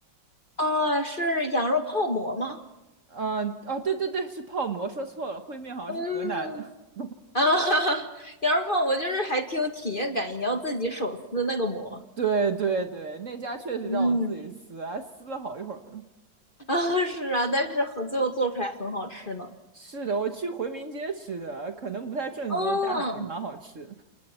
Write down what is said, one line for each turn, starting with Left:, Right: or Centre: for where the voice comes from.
Left: 啊，是羊肉泡馍吗？
Right: 嗯，哦，对对对，是泡馍，说错了，烩面好像是河南的。
Left: 嗯，
Right: <laughs>
Left: 啊，<laughs> 羊肉泡馍就是还挺有体验感，你要自己手撕那个馍。
Right: 对对对，那家确实让我自己撕，
Left: 嗯，
Right: 还撕了好一会儿呢。
Left: <laughs> 啊是啊，但是和最后做出来很好吃呢。
Right: 是的，我去回民街吃的，可能不太正宗，
Left: 嗯，
Right: 但还是蛮好吃。